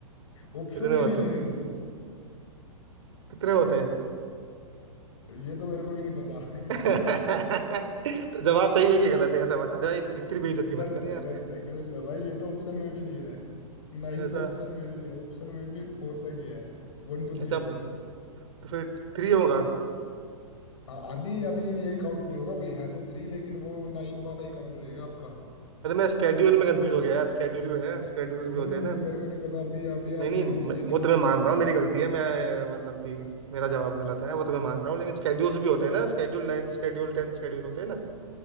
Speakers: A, on the left; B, on the right.
A: ऑप्शन
B: कितने
A: भी
B: होते
A: नहीं ले
B: हैं
A: रहे मतलब
B: कितने होते हैं
A: ये तो मेरे को भी नहीं पता <laughs>
B: <laughs> तो जवाब सही है कि गलत है ऐसा बता दे भाई इतनी बेइज्जती मत
A: गलत
B: कर यार
A: है गलत है गलत है भाई ये तो ऑप्शन में भी नहीं है नाइन
B: ऐसा
A: तो ऑप्शन में भी नहीं है ऑप्शन में भी फोर तक ही है One two three
B: ऐसा
A: four
B: तो फिर थ्री होगा
A: हाँ अभी अभी ये काउंट नहीं होगा भाई है तो थ्री लेकिन वो नाइन वाला ही काउंट रहेगा आपका
B: अरे मैं स्केड्यूल में कंफ्यूज हो गया यार स्केड्यूल भी है स्केड्यूल्स भी
A: नहीं
B: होते
A: नहीं
B: हैं ना
A: नहीं मेरे को नहीं पता अभी अभी
B: नहीं
A: आप
B: नहीं
A: ये मतलब
B: मैं-
A: चीटिंग
B: वो तो
A: मत
B: मैं मान
A: करो
B: रहा हूँ मेरी गलती है मैं मतलब कि मेरा जवाब गलत है वो तो मैं मान रहा हूँ लेकिन स्केड्यूल्स भी होते हैं ना schedule नाइन्थ schedule टेंथ schedule होते हैं ना